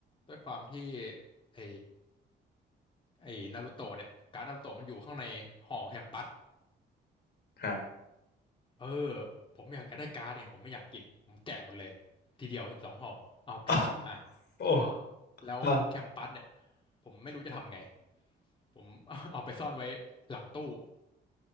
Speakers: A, on the left; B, on the left.
A: ด้วยความที่ไอ ไอ้นารูโตะเนี่ยการ์ดนารูโตะมันอยู่ข้างในห่อแคมปัส
B: ครับ
A: เออผมอยากจะได้การ์ดเนี่ยผมไม่อยากกินผมแกะหมดเลยทีเดียวสิบสองห่อเอาการ์ดออกมา
B: โอ้โ
A: แล้วแคมปัสเนี่ย
B: อ้
A: ผมไม่รู้จะทำไงผม <laughs> เอาไปซ่อนไว้หลังตู้